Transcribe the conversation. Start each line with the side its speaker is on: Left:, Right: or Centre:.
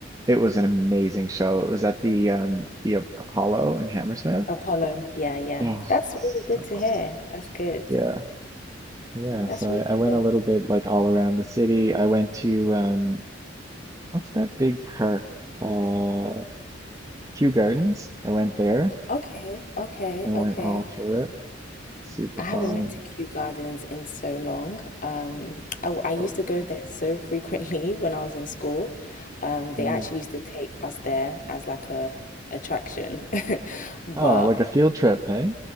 Right: it was an amazing show. It was at the um the Apollo in Hammersmith
Left: Apollo. Yeah. Yeah.
Right: Oh,
Left: That's
Right: so
Left: really good to
Right: good.
Left: hear. That's good.
Right: Yeah, yeah.
Left: That's
Right: So
Left: really
Right: I, I went
Left: good.
Right: a little bit like all around the city. I went to um, what's that big park? Uh, Kew Gardens. I went there
Left: Okay. Okay.
Right: and
Left: Okay.
Right: went all through it. Super
Left: I
Right: fun.
Left: haven't been to
Right: and
Left: Kew Gardens in so long. Um, I,
Right: So
Left: I used to
Right: cool.
Left: go there so frequently <laughs> when I was in school. Um, they
Right: Mm.
Left: actually used to take us there as like a attraction. <laughs> But
Right: Oh, like a field trip, hey?